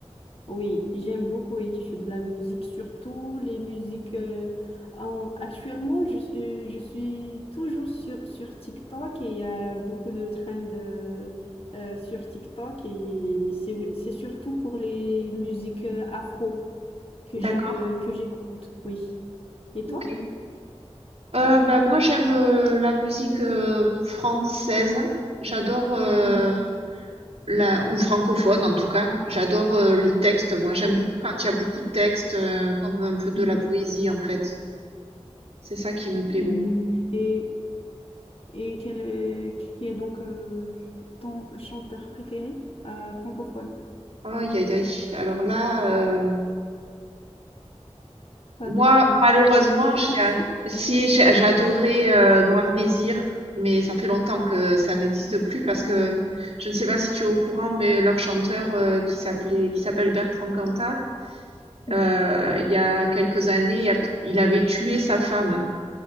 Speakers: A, on the left; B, on the right.
A: oui, j'aime beaucoup écouter de la musique, surtout les musiques. euh, en- actuellement, je, euh, je suis toujours sur, sur TikTok et il y a beaucoup de trends de sur TikTok et c'est, c'est surtout pour les musiques euh, afro que j'ai,
B: D'accord,
A: euh, que j'écoute. Oui. Et toi?
B: ok. Euh, ben moi j'aime euh, la musique euh, française. J'adore. euh,
A: Mm.
B: La, ou francophone en tout cas. J'adore euh, les
A: Hum,
B: textes, moi. J'aime
A: hum,
B: beaucoup quand il y a beaucoup de textes, euh, comme un peu de
A: hum.
B: la poésie en fait. C'est ça qui me plaît
A: Hum,
B: beaucoup.
A: Et, et quel, euh, qui est donc euh, ton chanteur préféré euh, francophone?
B: Aïe aïe aïe. Alors là, euh,
A: Pas
B: moi
A: de,
B: malheureusement,
A: pas de préférence?
B: j'ai, un-
A: <laughs>
B: si j'ai j'ai adoré euh, Noir Désir, mais ça fait longtemps que ça n'existe plus parce
A: Euh,
B: que je ne sais pas si tu es au courant, mais leur chanteur euh, qui s'appelait, qui s'appelle Bertrand Cantat,
A: mhm.
B: euh, il y a quelques années, il a- il avait tué sa femme.